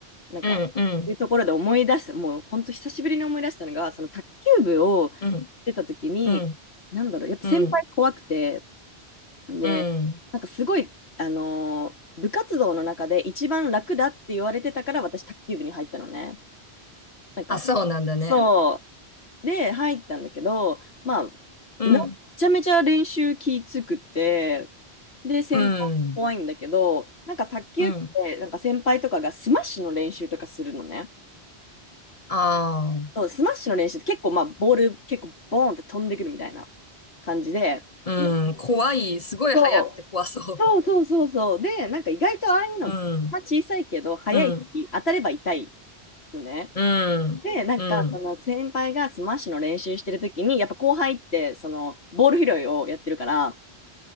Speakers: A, on the left; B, on the left.
A: なんか、
B: うん、うん。
A: っていうところで思い出す、もう本当久しぶりに思い出したのが、その卓球部を
B: うん
A: 出た時に、
B: うん、
A: なんだろう、やっぱ先輩怖くて、
B: うん、
A: で、
B: うん。
A: なんかすごい、あのー部活動の中で一番楽だって言われてたから、私、卓球部に入ったのね。なんか、
B: あ、そうなんだね。
A: そうで、入ったんだけど、まあ、
B: うん、
A: めちゃめちゃ練習きつくて、で、先輩怖いんだけど、
B: うん、
A: なんか卓球って、
B: うん。
A: なんか先輩とかがスマッシュの練習とかするのね。
B: あ
A: そうスマッシュの練習って結構、まあ、ボール結構ボーンって飛んでくるみたいな感じで、
B: あ、うん、
A: で
B: 怖い。すごい早くて怖そ
A: そうそうそうそうそう。で、なんか意外とああいうの、
B: う。うん、
A: まあ、小さいけど、速いし、
B: うん、
A: 当たれば痛いのね。
B: うん、
A: で、なんか、
B: うん、
A: その先輩がスマッシュの練習してるときに、やっぱ後輩って、その、ボール拾いをやってるから、